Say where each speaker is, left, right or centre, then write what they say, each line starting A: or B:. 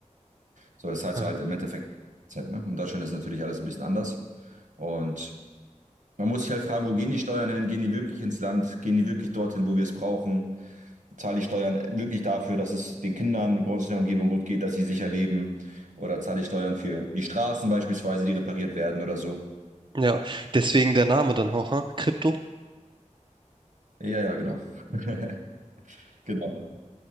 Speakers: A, on the right; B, on the right.
A: So, das heißt
B: Ah,
A: halt im Endeffekt, ne? In Deutschland ist natürlich alles ein bisschen anders. Und Man muss sich halt fragen, wo gehen die Steuern hin? Gehen die wirklich ins Land? Gehen die wirklich dorthin, wo wir es brauchen? Zahle ich Steuern wirklich dafür, dass es den Kindern bei uns in der Umgebung gut geht, dass sie sicher leben? Oder zahle ich Steuern für die Straßen beispielsweise, die repariert werden oder so?
B: Ja, deswegen der Name dann auch, ha? Krypto?
A: Ja, ja, genau. <laughs> Genau.